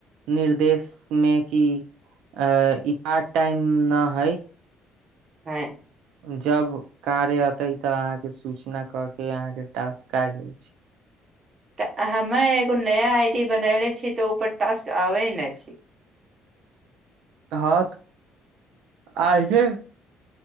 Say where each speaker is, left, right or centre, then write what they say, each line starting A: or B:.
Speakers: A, on the right; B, on the right.
A: निर्देश मे कि अ इ पार्ट टाइम न हइ
B: ह
A: जब कार्य औते तब अहाँ के सूचना क के अहाँ के टास्क क जाय छै
B: तऽ हमे एगो नया आई डी बनले छीय तऽ ऊपर टास्क आबे ने छी
A: ह आइ छैे